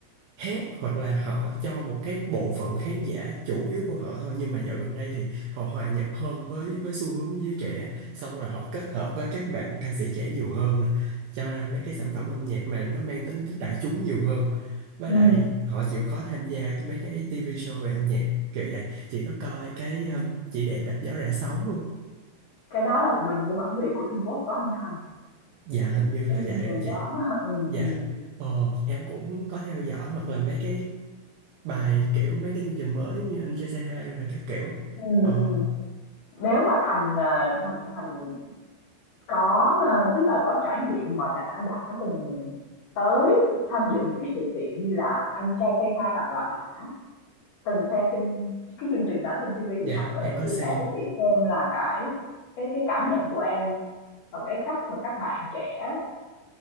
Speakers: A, on the right (about 80°); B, on the left (about 85°).
A: hát hoặc là họ cho một cái bộ phận khán giả chủ yếu của họ thôi nhưng mà dạo gần đây thì họ hòa nhập hơn với với xu hướng của giới trẻ xong rồi họ kết hợp với các bạn ca sĩ trẻ nhiều hơn nè cho ra mấy cái sản phẩm âm nhạc mà nó mang tính thích đại chúng nhiều hơn với
B: Ừ.
A: lại họ chịu khó tham gia cái mấy cái TV show về âm nhạc kiểu vậy chị có coi cái um, chị đẹp đạp gió rẽ sóng không
B: cái đó là mình mua bản quyền của Trung Quốc phải không Thành
A: dạ hình như
B: cái
A: là
B: chương
A: vậy
B: trình
A: đó chị
B: đó <laughs> ừ,
A: dạ
B: ừ.
A: ờ em cũng có theo dõi hoặc là mấy cái bài kiểu mấy cái chương trình mới như anh trai say hi rồi, rồi các kiểu
B: Ừ,
A: ờ
B: ừ. Nếu mà Thành, ờ, Thành Thành có, ờ, tức là có trải nghiệm mà đã đã từng tới tham dự những cái sự kiện như là Anh Trai Say Hi hoặc là đã từng xem trên cái chương trình đó trên TV thì
A: dạ
B: Thành có
A: em
B: thể
A: có
B: chia
A: xem
B: sẻ với chị xem là cái cái cái cảm nhận của em và cái cách mà các bạn trẻ